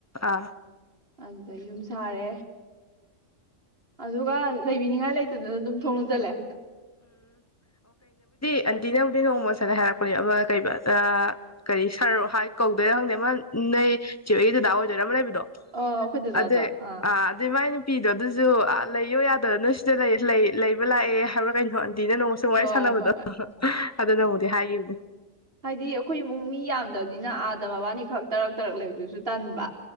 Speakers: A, on the left; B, on the right.
A: ꯑꯥ
B: ꯑꯗꯨꯗ ꯌꯨꯝ ꯁꯥꯔꯦ ꯑꯗꯨꯒ ꯂꯩꯕꯤꯅꯤꯡꯉꯥꯏ ꯂꯩꯇꯗꯅ ꯑꯗꯨꯝ ꯊꯣꯡ ꯂꯣꯟꯖꯜꯂꯦ
A: ꯑꯟꯇꯤ ꯅꯕꯨꯗꯤ ꯅꯣꯡꯃ ꯁꯗ ꯍꯥꯏꯔꯛꯄꯅꯦ ꯑꯃ ꯀꯩ ꯀꯔꯤ ꯁꯔ ꯀꯧꯗꯣꯏꯔꯥ ꯈꯪꯗꯦ ꯑꯃ ꯅꯣꯏ ꯆꯦ ꯍꯣꯏꯒꯤ ꯗꯗꯥ ꯑꯣꯏꯗꯣꯏꯔꯥ ꯑꯃ ꯂꯩꯕꯗꯣ
B: ꯑ ꯑꯩꯈꯣꯏ ꯗꯗꯥꯗꯣ
A: ꯑꯗꯦ
B: ꯑꯥ
A: ꯑ ꯑꯗꯨꯃꯥꯏ ꯄꯤꯗꯣ ꯑꯗꯨꯁꯨ ꯂꯩꯌꯣ ꯌꯥꯗ ꯅꯣꯏ ꯁꯤꯗ ꯂꯩꯕ ꯂꯥꯛꯑꯦ ꯍꯥꯏꯕ ꯍ <unintelligible> ꯁꯤꯗ ꯅꯣꯡꯃꯁꯨ ꯋꯥꯔꯤ
B: ꯍꯣꯏ
A: ꯁꯥꯟꯅꯕꯗꯣ
B: ꯍꯣꯏ
A: ꯑꯗꯨꯅꯕꯨꯗꯤ ꯍꯥꯏꯈꯤꯕꯅꯦ
B: ꯍꯥꯏꯗꯤ ꯑꯩꯈꯣꯏ ꯏꯃꯨꯡ ꯃꯤ ꯌꯥꯝꯗ ꯅꯤꯅ ꯑꯥꯗ ꯃꯕꯥꯅꯤꯈꯛ ꯇꯔꯛ ꯇꯔꯛ ꯂꯩꯕꯗꯨꯁꯨ ꯇꯟꯕ